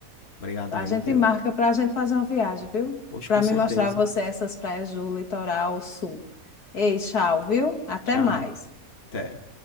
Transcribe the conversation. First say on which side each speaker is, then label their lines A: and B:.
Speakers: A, on the left; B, on the left.
A: Obrigado
B: A
A: aí,
B: gente
A: viu?
B: marca para a gente fazer uma viagem, viu?
A: Hoje
B: Para
A: com certeza.
B: me mostrar a você essas praias do litoral sul. Ei, tchau, viu? Até
A: Tchau.
B: mais.
A: Até.